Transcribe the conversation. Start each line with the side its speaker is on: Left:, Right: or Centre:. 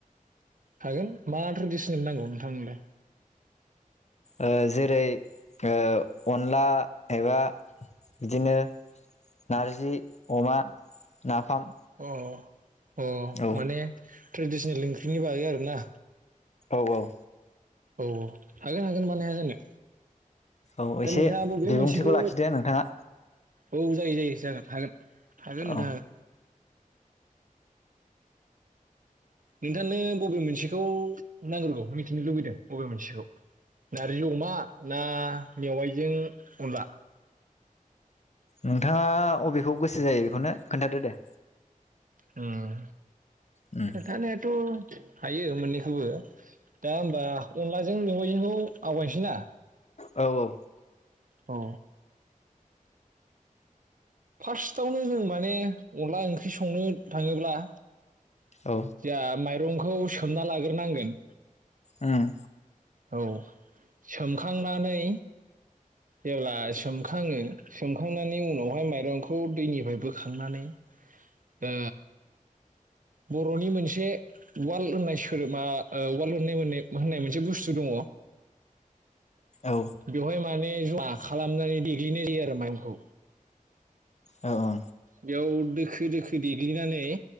Right: हागोन मा ट्रेडिसनेल नांगौ नोंथांनोलाय?
Left: ओ जेरै ओ अनला एबा बिदिनो नारजि, अमा, नाफाम
Right: अ अ
Left: औ
Right: माने ट्रेडिसनेल ओंख्रिनि बागै आरोना?
Left: औ औ
Right: औ हागोन हागोन मानो हाया जानो।
Left: औ
Right: दा
Left: एसे
Right: नोंथाङा बबे
Left: बिबुंथिखौ
Right: मोनसेखौ
Left: लाखिदो नोंथाङा।
Right: औ जायो जायो जागोन हागोन। हागोन नोंथां
Left: औ
Right: नोंथांनो बबे मोनसेखौ नांग्रोगौ मिथिनो लुबैदों बबे मोनसेखौ नारजि अमा ना मेवाइजों अनला?
Left: नोंथाङा अबेखौ गोसो जायो बेखौनो खोन्थादो दे
Right: उम
Left: उम
Right: खोनथानायाथ' हायो मोननैखौबो दा होमबा अनलाजों मेवाइजोंखौ आवगायनोसै ना
Left: औ औ
Right: औ फार्स्टआवनो जों माने अनला ओंख्रि संनो थाङोब्ला
Left: औ
Right: जा माइ रंखौ सोमना लाग्रोनांगोन
Left: ओम
Right: औ सोमखांनानै जेब्ला सोमखाङो सोमखांनानै उनावहाय माइरंखौ दैनिफ्राय बोखांनानै ओ बर'नि मोनसे उवाल होननाय सोदोबा उवाल नायनाय <unintelligible> होननाय मोनसे बुस्थु दङ
Left: औ
Right: बेवहाय माने ज'मा खालामनानै देग्लिनाय जायो आरो माइरंखौ
Left: औ ओं
Right: बेयाव दोखो दोखो देग्लिनानै